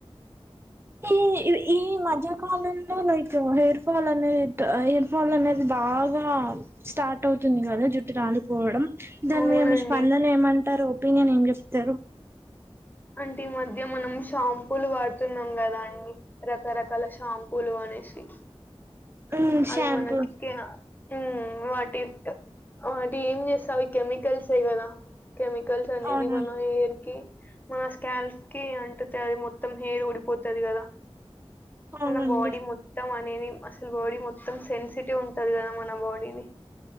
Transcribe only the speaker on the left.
అవునండి
అంటే ఈ మధ్య మనం షాంపూలు వాడుతున్నాం కదా అండి రకరకాల షాంపూలు అనేవి సి
అవిిమానకిిక
ఉ వాటి వాటి ఏం చేస్తావి కెమికల్సే కదా కెమికల్స్ అనేది
బనర్కి మన స్కాల్స్ కి అంట అది మొత్తం హెయిర్ ఊడిపోతుంది కదా
మన బాడీ మొత్తం అనేది అసలు బాడీ మొత్తం మొత్తం సెన్సిటివ్ ఉంటంది కదా మన బాడీని